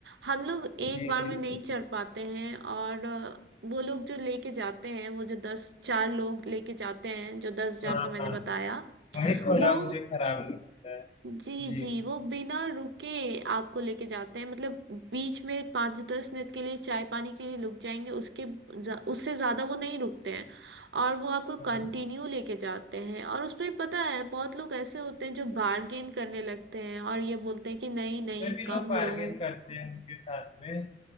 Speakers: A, on the right; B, on the left.
A: हम लोग एक
B: जी
A: बार
B: जी
A: में नहीं चढ़ पाते हैं और अ, वो लोग जो लेके जाते हैं वो जो दस चार लोग लेके जाते हैं जो दस हजार
B: हाँ
A: का मैंने
B: हाँ
A: बताया
B: वही थोड़ा
A: वो
B: मुझे खराब लगता है
A: जी
B: जी
A: जी वो बिना रुके आपको लेके जाते हैं मतलब बीच में पाँच दस मिनट के लिए चाय पानी के लिए रुक जाएंगे उसके ज- उससे ज़्यादा वो नहीं रुकते हैं और वो आपको कंटिन्यू
B: हाँ
A: लेके जाते हैं और उसमें पता है बहुत लोग ऐसे होते हैं जो बार्गेन करने लगते हैं और ये बोलते हैं कि नहीं नहीं
B: फिर भी लोग
A: कम
B: बार्गेन
A: लो
B: करते हैं उनके साथ में